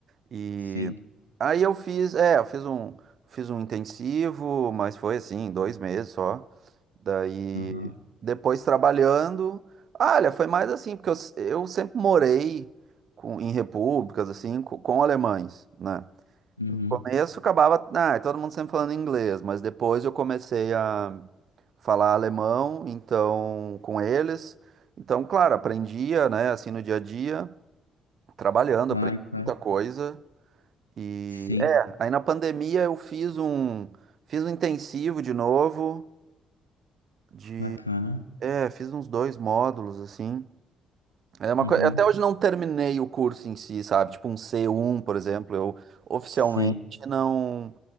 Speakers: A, on the right; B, on the left.
A: E
B: sim.
A: aí eu fiz, é, eu fiz um, fiz um intensivo, mas foi assim, dois meses só. Daí,
B: Aham.
A: depois trabalhando, ah, olha, foi mais assim, porque eu, s- eu sempre morei com, em repúblicas, assim, co- com, alemães, né?
B: Uhum.
A: No começo acabava, ah, todo mundo sempre falando inglês, mas depois eu comecei a falar alemão, então com eles. Então, claro, aprendia, né, assim no dia a dia, trabalhando,
B: Claro,
A: aprendi
B: claro.
A: muita coisa. E
B: Sim.
A: é, aí na pandemia eu fiz um fiz um intensivo de novo de,
B: Bacana.
A: é, fiz uns dois módulos assim. É uma
B: Uhum.
A: coisa, até hoje não terminei o curso em si, sabe? Tipo um C1, por exemplo, eu oficialmente
B: Sim.
A: não